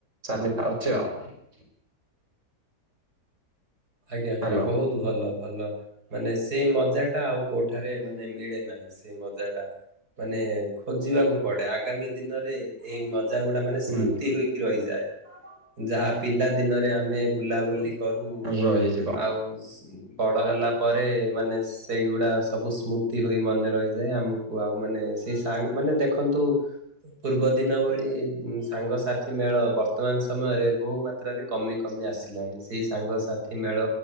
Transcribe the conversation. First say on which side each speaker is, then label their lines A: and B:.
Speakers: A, on the right; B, on the right.
A: ଚାଲିଥାଉଛି ଆଉ।
B: ଆଜ୍ଞା ଆଜ୍ଞା
A: ହ୍ୟାଲୋ
B: ବହୁତ ଭଲ। ଭଲ ମାନେ ସେ ମଜା ଟା ଆଉ କୋଉଠାରେ ମାନେ ମିଳେ ନାହିଁ। ସେ ମଜା ଟା। ମାନେ ଖୋଜିବାକୁ ପଡେ। ଆଗାମୀ ଦିନରେ ଏଇ ଜା ଗୋଟା ମାନେ
A: ହୁଁ
B: ସ୍ମୃତି ହୋଇକି ରହିଯାଏ। ଯାହା ପିଲା ଦିନରେ ଆମେ ବୁଲାବୁଲି
A: ହୁଁ
B: କରୁ।
A: ରହିଯିବ।
B: ଆଉ ବଡ ହେଲା ପରେ ମାନେ ସେଇଗୁଡା ସବୁ ସ୍ମୁ ହୋଇ ମନେ ରହିଯାଏ। ଆମକୁ ଆଉ ମାନେ ସେଇ ସାଙ୍ଗ୍ ମାନେ ଦେଖନ୍ତୁ ପୂର୍ବ ଦିନ
A: ହୁଁ
B: ଭଳି ସାଙ୍ଗସାଥି ମେଳ ବର୍ତ୍ତମାନ ସମୟରେ ବହୁ ମାତ୍ରାରେ କମି କମି ଆସିଲାଣି। ସେଇ ସାଙ୍ଗସା ଥି ମେଳ